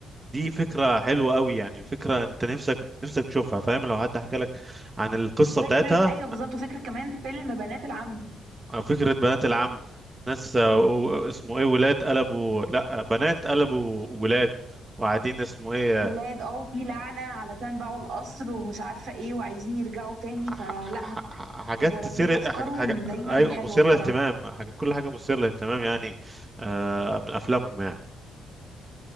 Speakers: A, on the right; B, on the right.
A: دي فكره حلوه قوي يعني فكره انت نفسك نفسك تشوفها فاهم لو حد حكى لك عن القصه
B: وفكرة
A: بتاعتها
B: أيوه بالظبط وفكرة كمان فيلم بنات العم
A: آه، فكرة بنات العم ناس آه، و- اسمه ايه ولاد قلبوا لا بنات قلبوا ولاد وقاعدين اسمه ايه
B: ولاد اه وفي لعنة علشان باعوا القصر ومش عارفة ايه وعايزين يرجعوا تاني
A: ح-
B: فلا
A: ح- ح- حاجات
B: هو رهيب
A: تثير
B: أفكارهم
A: حاج... حاج...
B: دايما
A: ايوه
B: حلوة
A: مثيرة
B: بصراحة
A: للاهتمام حاجة... كل حاجة مثيرة للاهتمام يعني آه من افلامهم يعني